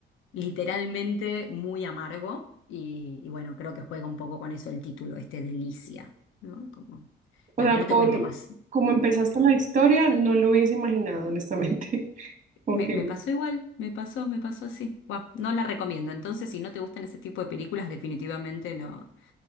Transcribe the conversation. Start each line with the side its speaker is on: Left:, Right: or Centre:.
Left: literalmente muy amargo y, y bueno, creo que juega un poco con eso el título este de Licia, ¿no? Como,
Right: O
Left: nada,
Right: sea,
Left: no
Right: por
Left: te cuento más.
Right: como empezaste la historia, no lo hubiese imaginado, honestamente. <laughs> Ok,
Left: Me, me pasó igual, me pasó, me pasó así. Buah, no la recomiendo. Entonces, si no te gustan ese tipo de películas, definitivamente no,